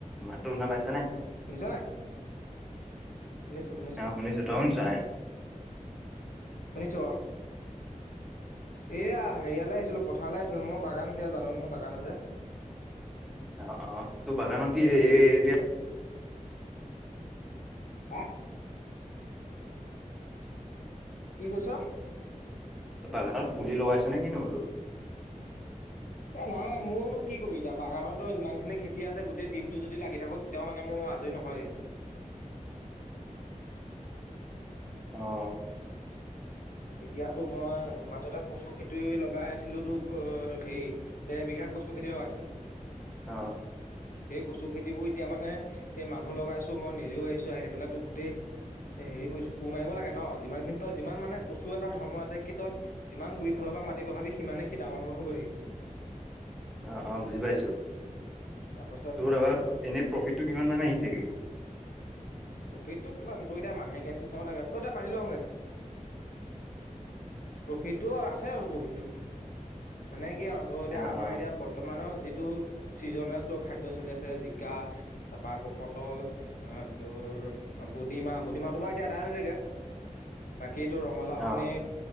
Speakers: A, in the centre; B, on the left.
A: মাতো শুনা পাইছা নে?
B: শুনিছ নাই? শুনিছো শুনিছো
A: অ শুনিছোঁ, দম যায়
B: শুনিছোঁ অ। এয়া হেৰিয়ালৈ আহিছিলোঁ, পথাৰলৈ আহিছিলোঁ, মোৰ বাগান সেয়া জানা নহয় বাগান আছে।
A: অ অ, তোৰ বাগানৰ কি এতিয়া
B: অ। কি কৈছ?
A: বাগানত পুলি লগাইছ নে কিনো বোলো?
B: এ নাই ময়ো নো কি কবি এতিয়া বাগানতো যিমানখিনি খেতি আছে গোটেই দিনটো যদি লাগি থাকোঁ তেতিয়াও মানে মোৰ আজৰি নহয় হয়গে।
A: অ'।
B: এতিয়াটো মই মাজতে কচু খেতি লগাই আছিলোঁ, তোক হেৰি দেৰ বিঘা কচু খেতি লগাইছিলো।
A: অ'।
B: সেই কচু খেতিবোৰ এতিয়া মানে এই মানুহ লগাইছো মই নিজেও আহিছো, আহি পেলাই গোটেই এ হেৰি কৰিছোঁ কোৰ মাৰিব লাগে ন' যিমানখিনি তই যিমান মানে কচু এটা ধৰ্ম আছে কি তই যিমান গুৰি ফালৰ মাটি বহাবি সিমানে সি ডাঙৰ হৈ হৈ গৈ আহিব।
A: অহ, অ', বুজি পাইছোঁ।
B: তাৰপাছত
A: তোৰ দাবা এনে প্ৰফিটটো কিমান মানে আহিছেগে?
B: প্ৰফিটটো কিমান তই এতিয়া মাহেকীয়া চিচটেমত থাকে ত এতিয়া পানী লওঁগে। প্ৰফিটটো আছে আৰু প্ৰফিটটো, মানে কি আৰু ত' এতিয়া
A: অ
B: আমাৰ
A: অ
B: এতিয়া বৰ্তমানৰ যিটো চিজনেলটো খাদ্য চলি আছে, জিকা তাৰ পৰা আকৌ পটল অহ তোৰ বুডিমাহ বুডিমাহটো বাৰু এতিয়া আদায় হৈ যায়গে বা কেটো ৰঙালাওখিনি
A: অ